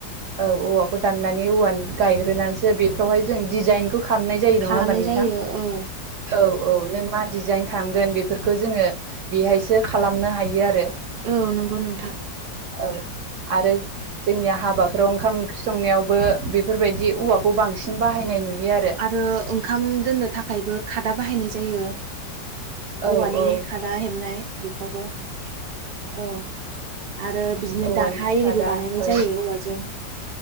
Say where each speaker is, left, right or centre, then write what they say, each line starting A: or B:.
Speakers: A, on the right (about 50°); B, on the right (about 75°).
A: औ औवाखौ दाननानै औवानि गायग्रोनानैसो बेफ्रावहाय जों डिजाइनखौ खालामनाय जायो जायो
B: खालामनाय
A: नङा ओमबा नोंथां
B: जायो औ
A: औ औ नों मा डिजाइन खालामगोन बेफोरखौ जोङो बेहायसो खालामनो हायो आरो
B: औ नंगौ नोंथां
A: औ आरो जोंनिया हाबाफ्राव ओंखाम ओंख्रि संनायावबो बेफोरबायदि औवाखौ बांसिन बाहायनाय नुयो आरो
B: आरो ओंखाम दोननो थाखायबो खादा बाहायनाय जायो
A: औ
B: औवानि
A: औ
B: खादा हेबनाय बेखौबो औ आरो बिदिनो
A: औवानि
B: दारहा आरैबो
A: खादा
B: बानायनाय
A: औ
B: जायो औवाजों